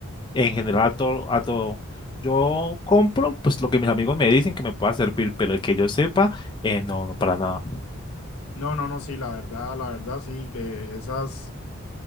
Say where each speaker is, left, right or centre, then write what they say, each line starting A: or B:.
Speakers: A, on the left; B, on the left.
A: En general a todo, a todo. Yo compro pues lo que mis amigos me dicen que me pueda servir, pero el que yo sepa, eh, no, no para nada.
B: No, no, no, sí, la verdad, la verdad, sí, que esas,